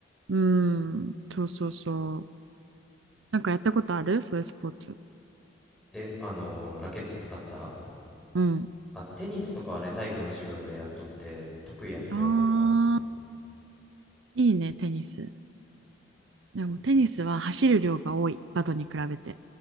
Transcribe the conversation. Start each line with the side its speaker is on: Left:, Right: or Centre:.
Right: うん。そうそうそう。なんかやったことあるそういうスポーツ。
Centre: え、あのーラケット使った
Right: うん。
Centre: あ、テニスとかはね、体育の授業でやっとって、得意やったよ、
Right: あー
Centre: なんか。
Right: いいね、テニス。でもテニスは走る量が多い、バドに比べて。